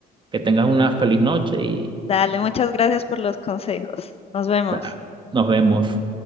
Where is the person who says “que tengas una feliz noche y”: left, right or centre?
Right